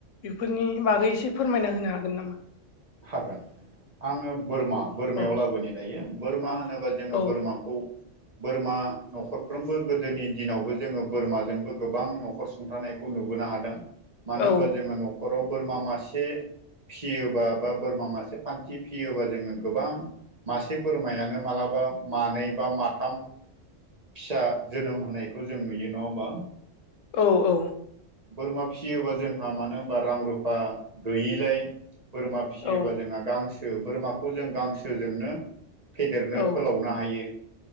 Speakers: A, on the left; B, on the right.
A: बेफोरनि बागै एसे फोरमायना होनो हागोन नामा
B: हागोन आङो बोरमा बोरमायाव
A: औ
B: लाबोनि दायो बोरमा होनो बा जोङो
A: औ
B: बोरमाखौ बोरमा न'खरफ्रोमबो गोदोनि दिनावबो जोङो बोरमाजोंबो गोबां न'खर सुंथानायखौ नुबो नो हादों मानो
A: औ
B: होनबा जोङो न'खराव बोरमा मासे फियोबा बा बोरमा मासे फान्थि फियोबा जोङो गोबां मासे बोरमायानो मालाबा मानै बा माथाम फिसा जोनोम होनायखौ जों नुयो नङा होमबा
A: औ औ
B: बोरमा फिसियोबा जोंहा मानो होनबा रां रुफा गैयिलाय बोरमा फिसियोबा
A: औ
B: जोंहा गांसो बोरमाखौ जों गांसोजोंनो फेदेरनो
A: औ
B: फोलावनो हायो